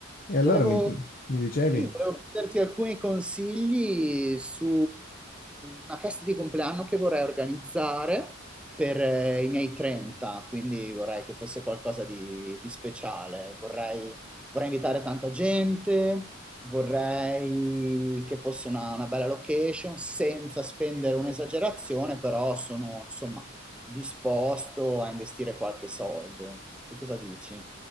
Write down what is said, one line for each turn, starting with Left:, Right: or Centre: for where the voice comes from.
Left: E allora
Centre: Volevo,
Left: mi, mi dicevi?
Centre: sì, volevo chiederti alcuni consigli su una festa di compleanno che vorrei organizzare per eh, i miei 30, quindi vorrei che fosse qualcosa di, di speciale. Vorrei, vorrei invitare tanta gente, vorrei che fosse una, una bella location senza spendere un'esagerazione, però sono insomma disposto a investire qualche soldo. Tu cosa dici?